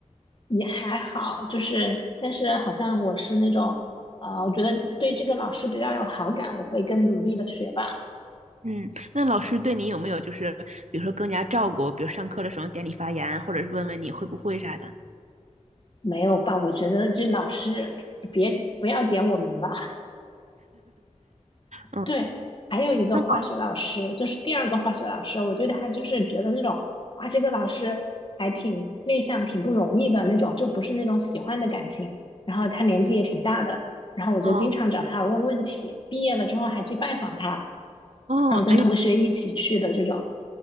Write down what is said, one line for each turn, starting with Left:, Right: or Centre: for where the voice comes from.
Left: 也还好，就是但是好像我是那种，呃，我觉得对这个老师比较有好感，我会更努力的学吧。
Right: 嗯，那老师对你有没有就是，比如说更加照顾，比如上课的时候点你发言，或者是问问你会不会啥的？
Left: 没有吧？我觉得这老师别不要点我名吧。<laughs>
Right: 嗯。
Left: 对，还有一个化学老师，
Right: 那好，
Left: 就是第二个化学老师，我对他就是觉得那种啊，这个老师还挺内向，挺不容易的那种，就不是那种喜欢的感情。然后他年纪也挺大的，然后我就经常找他问问题，
Right: 哦
Left: 毕业了之后还去拜访他。
Right: 哦，
Left: 然后跟同学一起去的这种。
Right: 哎，